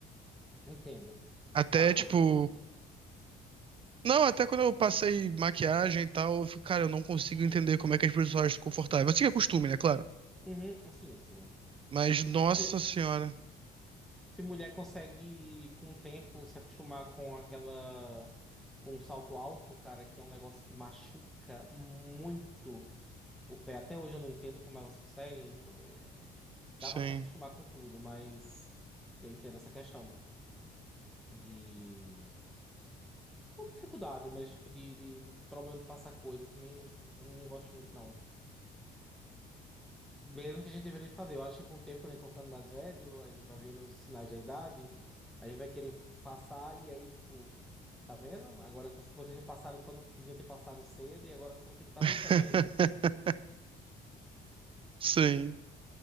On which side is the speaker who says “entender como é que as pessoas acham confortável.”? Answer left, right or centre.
Right